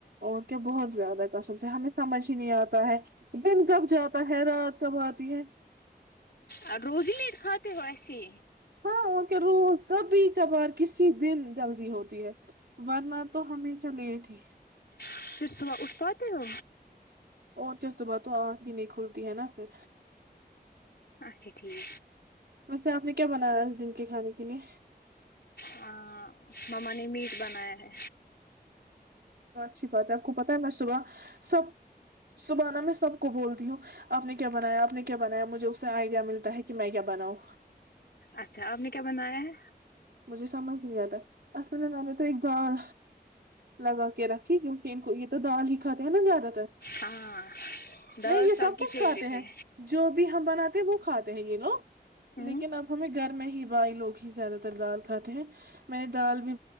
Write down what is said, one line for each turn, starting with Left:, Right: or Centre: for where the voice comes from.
Right: اور بہت زیادہ کسم سے ہمیں سمجھ ہی نہیں آتا ہے دن کب جاتا ہے رات کب آتی ہے
Left: اور روز نہیںٹ کاے ہو ایسی
Right: ہاں وہک روز کبھی کبھار کسی دن جلدی ہوتی ہے ورنہ تو ہمیشہ لیٹ ہی
Left: پھر صبح اٹھ پاتے ہو
Right: اور تو صبح تو آنکھ ہی نہیں کھلتی ہے نا پھر
Left: اچھا ٹھیک
Right: ویسے آپ نے کیا بنایا اس دن کے کھانے کے لیے
Left: ہاں مما نے میٹ بنایا ہے
Right: اچھی بات ہے آپ کو پتا ہے میں صبح سب صبح ن میں سب کو بولتی ہوں آپ نے کیا بنایا آپ نے کیا بنایا مجھے اس سے آئیڈیا ملتا ہے کہ میں کیا بناؤں
Left: اچھا آپ نے کیا بنایا ہے
Right: مجھے سمجھ نہیں آتا اصل میں میں نے تو ایک دال لگا کے رکھی کیونکہ ان کو یہ تو دال ہی کھاتے ہیں نا زیادہ تر
Left: ہاں دال
Right: نہیں یہ سب
Left: کی
Right: کچھ
Left: فیوریٹ
Right: کھاتے ہیں
Left: ہے
Right: جو بھی ہم بناتے ہیں وہ کھاتے ہیں یہ لوگ
Left: ہوں
Right: لیکن اب ہمیں گھر میں ہی ہی باہائی لگ ہی زیادہ دال کھاتے ہیں میں نے دال بھی